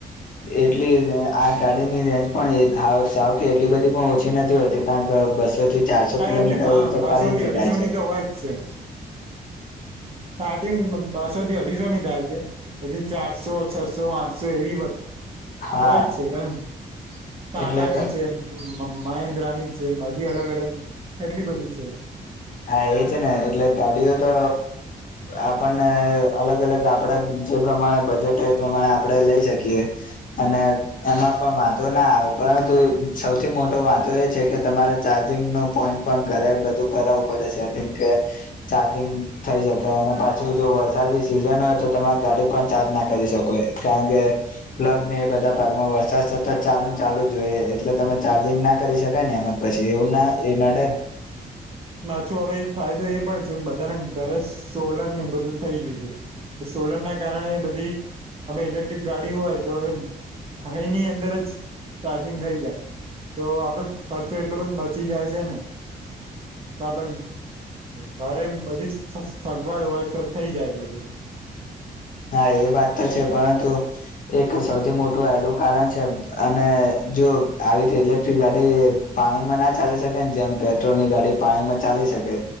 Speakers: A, on the left; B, on the right.
A: એટલી આ ગાડીની રેન્જ પણ સાવ કે એટલી બધી પણ ઓછી નથી હોતી કાર તા બસો થી જ ચારસો
B: હા
A: કિલોમીટર
B: એટલે હા
A: તો
B: બસો
A: ફરી
B: થી અઢીસો
A: જાય છે
B: ની તો હોય જ છે. સ્ટાર્ટિંગ બસો થી અઢીસો ની થાય છે પછી ચારસો છસો આઠસો એવી
A: હા
B: હોય જ છે એમ ટાટાની
A: એટલે તો
B: છે મ મહેન્દ્રા ની છે બધી અલગ અલગ એટલી બધી છે.
A: હા એ છે ને એટલે ગાડીઓ તો આપણને અલગ અલગ આપડા જે પ્રમાણે બજેટ હોય એ પ્રમાણે આપણે લઈ શકીએ અને એમાં પણ વાંધો ના આવે. પરંતુ સૌથી મોટો વાંધો એ છે કે તમારે ચાર્જિંગનો પોઈન્ટ પણ ઘરે બધું કરાવું પડે સેટિંગ કે ચાર્જિંગ થઈ શકે અને પાછુ જો વરસાદી સિઝન હોય તો તમારે ગાડી પણ ચાર્જ ના કરી શકો એ કારણ કે પ્લગ ને એ બધા ભાગમાં વરસાદ સતત ચાલુ ન ચાલુ જો એ એટલે તમે ચાર્જિંગ ના કરી શકાય ને એમાં પછી એવું
B: હા
A: ના એ નડે.
B: તો હવે ફાયદો એ પણ છે બધાના ઘરે સોલર ને એ બધું થઈ ગયું છે. કે સોલર ના કારણે બધી અમે ઇલેક્ટ્રિક ગાડી હોય તો એ ખાઈ ની અંદર જ ચાર્જિંગ થઈ જાય તો આપડો ખર્ચો એટલો બચી જાય છે ને
A: <inaudible>
B: તો આપ ભારે બધી સ સગવડ હોય તો થઇ જાય બધું.
A: <inaudible> હા એ વાત તો છે પરંતુ એક સૌથી મોટું આનું કારણ છે અને જો આવી રીતે ઇલેક્ટ્રિક ગાડી પાણીમાં ના ચાલી શકે જેમ પેટ્રોલ ની ગાડી પાણીમાં ચાલી શકે